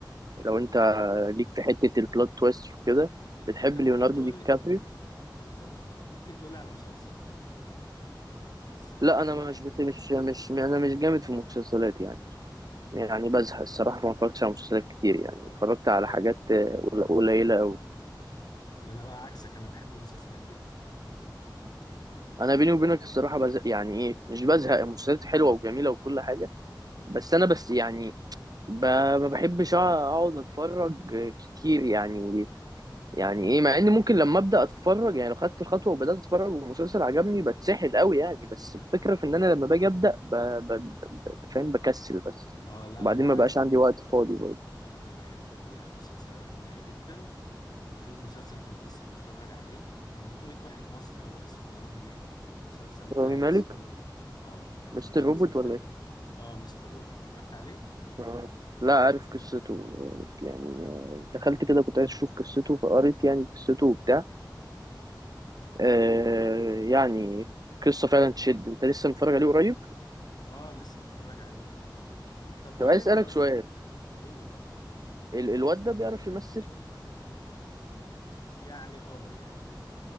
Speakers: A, on the right; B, on the left.
A: لو انت
B: ولا
A: ليك في حته البلوت تويست وكده بتحب
B: انت ممكن
A: ليوناردو
B: تقول
A: دي
B: لي
A: كابريو
B: ان- ان- انت ممكن ممكن تقول لي على مسلسل بس مسلسل
A: لا انا
B: يبقى
A: مش
B: جديد
A: بت... مش مش انا
B: اه
A: مش جامد في المسلسلات يعني
B: مم.
A: يعني بزهق الصراحة ما اتفرجتش على مسلسلات كتير يعني
B: اه.
A: اتفرجت على
B: ايوه
A: حاجات آه، قل- قليلة أوي
B: انا بقى عكسك انا بحب المسلسلات جدا
A: أنا بيني وبينك الصراحة بزهق يعني إيه مش بزهق المسلسلات حلوة وجميلة وكل حاجة بس أنا بس يعني ب... ما بحبش أقعد أتفرج كتير يعني يعني إيه مع إن ممكن لما أبدأ أتفرج يعني لو خدت الخطوة وبدأت أتفرج والمسلسل عجبني بتسحل أوي يعني بس الفكرة في إن أنا لما باجي أبدأ ب... ب... ب... ب- فاهم بكسل بس
B: اه لا
A: وبعدين
B: انا
A: ما
B: عكسك
A: بقاش عندي وقت فاضي برضه
B: انا بحب المسلسلات جدا وفي مسلسل كنت لسه متفرج عليه من بطولة واحد مصري هو اسمه رامي مالك المسلسل ده
A: رامي مالك
B: اسمه اه
A: مستر
B: المسلسل
A: روبوت ولا
B: ده
A: إيه؟
B: اه مستر روبوت اتفرجت عليه
A: آه. لا عارف قصته آه، يعني آه، دخلت كده كنت عايز اشوف قصته فقريت يعني قصته وبتاع
B: مم.
A: آه يعني قصة فعلا تشد انت لسه متفرج عليه قريب
B: اه لسه متفرج عليه في الفترة دي طب قول
A: طب عايز
B: لي انت
A: اسألك
B: لو في
A: سؤال
B: انت قول
A: ال- الواد ده بيعرف يمثل
B: يعني اه يعني